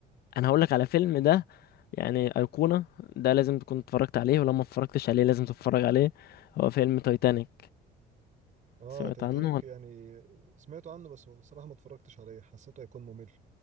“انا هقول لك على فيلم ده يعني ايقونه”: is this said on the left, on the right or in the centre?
Left